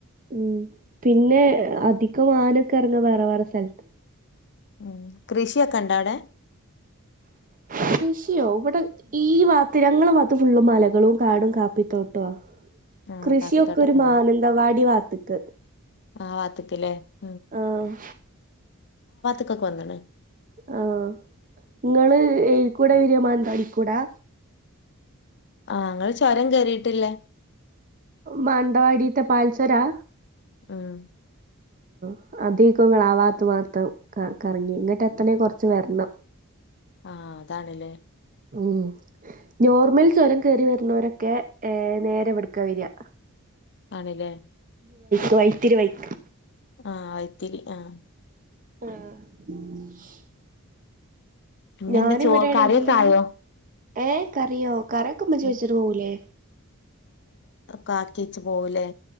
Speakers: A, on the right (about 40°); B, on the left (about 50°).
A: മ്മ് പിന്നഅധികം ആനൊക്കെ ഇറങ്ങ വേറേ വേറെ സ്ഥലത്ത്
B: മ്മ് കൃഷിയൊക്കെണ്ട അടെ
A: കൃഷിയോ ഇവിടെ ഈ വാത്ത് ഞങ്ങളെ ഫുള്ള് മലകളും കാടും കാപ്പിത്തോട്ടോ ആ
B: ആഹ്
A: കൃഷിയൊക്
B: കാപ്പിത്തോട്ടൊക്കെ
A: ഒരു മാനന്തവാടി വാത്ത്ക്
B: ആഹ് <unintelligible>
A: ആഹ്
B: ഇക്കായൊക്കെ വന്നെണ്
A: ആഹ് ഇങ്ങള് എയിൽ കുടെയാ വരുക മാനന്തവാടീക്കൂടെ
B: ആഹ് ഞങ്ങള് ചൊരം കേറിട്ടുള്ളേ
A: മാനന്തവാടിത്തെ പാൽ ചൊരവാ
B: ആഹ്
A: <unintelligible> കറങ്ങി ഇങ്ങോട്ട് എത്തണെ കൊറച്ച് വരണം
B: ആഹ് അതാണല്ലേ
A: ഉം നോർമൽ ചുരം കേറി വരുന്നോരൊക്കെ ഏ നേരെ ഇവിടേക്കാ വരുക
B: ആണല്ലേ
A: വൈത്തിരി വൈക്ക്
B: ആഹ് വയിത്തിരി ആഹ്
A: ആഹ്
B: പിന്നെന്താ
A: ഞാൻ
B: ചോ
A: ഇവിടെയാണെങ്കിലും
B: കറിയൊക്കെ ആയോ
A: ഏ കറിയോ കറിയൊക്കെ ഉമ്മച്ചി
B: ഉം
A: വെച്ചിട്ട് പോവൂലേ
B: ക്കാക്കിയേയ്ച്ച് പോവുലേ